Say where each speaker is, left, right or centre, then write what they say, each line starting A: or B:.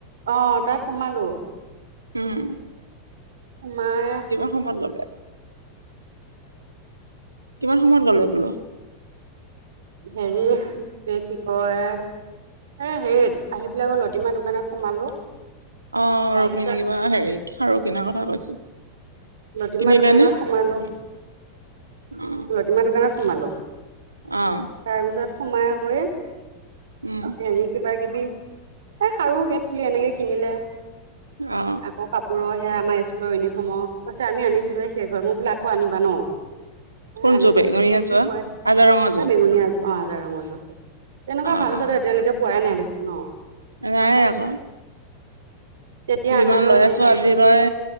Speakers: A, on the right (about 60°); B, on the right (about 80°).
A: অ তাত সোমালো
B: উম।
A: সোমাই
B: কিমান সময় ললে? কিমান সময়ত গলে বোলো?
A: হেৰি, কি কয় এ হেইত আহি পেলাই আক লতিমা দোকানত সোমালো।
B: অ',
A: তাৰপিছত
B: ৰবিনে কিবা হেৰি খাৰু কিনাৰ কথা কৈছিল।
A: লতিমা
B: কিনিলে
A: দোকানত
B: নে
A: সোমালো,
B: অ
A: লতিমা দোকানত সোমালো।
B: অ
A: তাৰপিছত সোমাই কৰি
B: উম
A: হেৰি কিবা কিবি এ খাৰু <unintelligible> এনেকে কিনিলে।
B: অ
A: আকৌ কাপোৰৰ সে আমাৰ স্কুলৰ ইউনিফৰ্মৰ, পাছে আমি আনিছিলো এই শেষ হল, মই বোল আকৌ আনিবা ন? এ
B: কোনযোৰ
A: আনিব
B: বেঙুনীয়া
A: দি দিছো, কি
B: যোৱা
A: কয়,
B: আজা ৰঙৰ যোৰ
A: এই বেঙুনীয়া আজোৰ। <unintelligible> তেনেকুৱা
B: অ
A: ভাল আছে
B: অ
A: ত এতিয়ালৈকে পোৱাই নাই দেখোন ন?
B: নাই আকৌ।
A: তেতিয়া
B: যিমান
A: আনোতেও
B: লৈ
A: সেই
B: আছো আজিলৈ